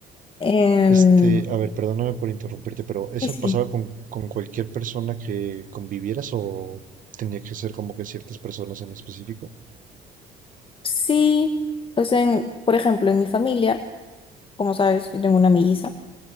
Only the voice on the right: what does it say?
Este, a ver, perdóname por interrumpirte, pero ¿eso
pasaba con, con cualquier persona que convivieras o tenía que ser como que ciertas personas en específico?